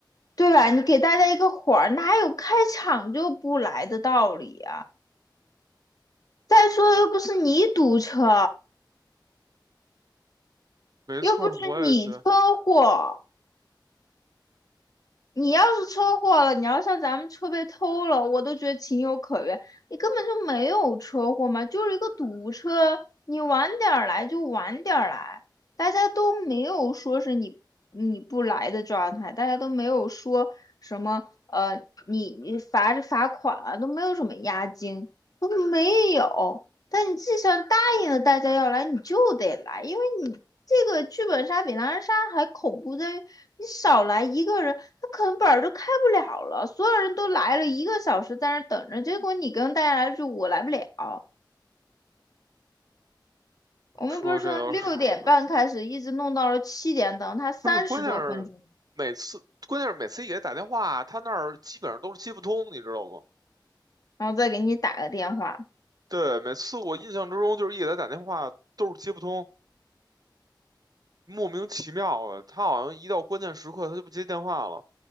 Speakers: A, on the left; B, on the right.
A: 对吧？你给大家一个缓儿，哪有开场就不来的道理啊？再说又不是你堵车，
B: 没错儿，
A: 又不是你车祸。
B: 我也觉得。
A: 你要是车祸了，你要像咱们车被偷了，我都觉得情有可原。你根本就没有车祸嘛，就是一个堵车，你晚点儿来就晚点儿来，大家都没有说是你你不来的状态，大家都没有说什么呃你你罚是罚款啊，都没有什么押金，都没有。但你既然答应了大家要来，你就得来，因为你这个剧本杀比狼人杀还恐怖在于，你少来一个人，他可能本儿就开不了了。所有人都来了一个小时在那儿等着，结果你跟大家来说我来不了。我们不是从六点半开始，
B: 说这倒是，对，
A: 一直弄到了七点，等他三十多分钟，
B: 不是，关键是每次，关键是每次一给他打电话，他那儿基本上都是接不通，你知道吗？
A: 然后再给你打个电话。
B: 对，每次我印象之中就是一给他打电话都是接不通，莫名其妙的，他好像一到关键时刻他就不接电话了。